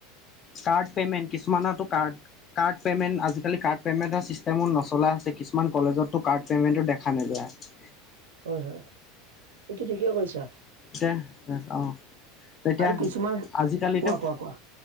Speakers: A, on the left; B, on the right.
A: কাৰ্ড পেমেণ্ট, কিছুমানটু কাৰ্ড। কাৰ্ড পেমেণ্ট, আজিকালি কাৰ্ড পেমেণ্টৰচিষ্টেমবোৰ নচলা হৈছে, কিছুমান কলেজতো কাৰ্ড পে'মেণ্টো দেখা নাযায়।
B: হয় হয় এইটো ঠিকেই কৰিছা।
A: ছেহ অঁ' এতিয়া
B: আৰু কিছুমান
A: আজিকালিটো।
B: কোৱা কোৱা কোৱা।